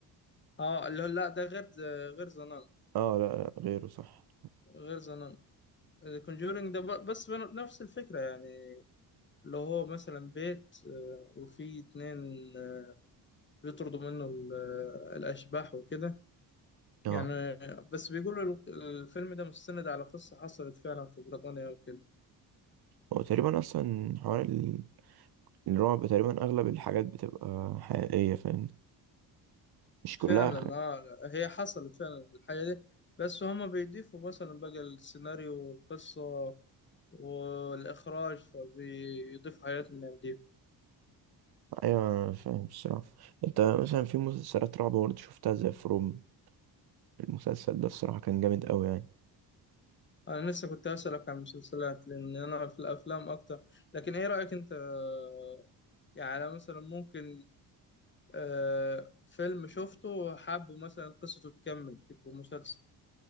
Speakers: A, on the left; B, on the right.
A: اه اللي هو لا ده غير غير زنان
B: اه لا لا غيره صح
A: غير زنان كونجورينج ده ب- بس بن- نفس الفكرة يعني اللي هو مثلا بيت آه، وفي اتنين آه، بيطردوا منه ال- آه، الأشباح وكده
B: اه
A: يعني آه، بس بيقولوا ال- الفيلم ده مستند على قصة حصلت فعلا في بريطانيا وكده
B: هو تقريبا اصلا حوار ال- الرعب تقريبا اغلب الحاجات بتبقى حقيقية فاهم مش
A: فعلا
B: كلها
A: اه هي حصلت فعلا الحاجة دي بس هما بيضيفوا مثلا بقى السيناريو والقصة والإخراج فبيضيفوا حاجات من عندهم
B: ايوه أنا فاهم الصراحه انت مثلا في مسلسلات رعب برضه شفتها زي فروم المسلسل ده الصراحه كان جامد قوي يعني
A: انا لسه كنت اسالك عن المسلسلات لان انا في الافلام اكتر لكن ايه رايك انت آه، يعني أنا مثلا ممكن آه، فيلم شفته وحابه مثلا قصته تكمل تبقى مسلسل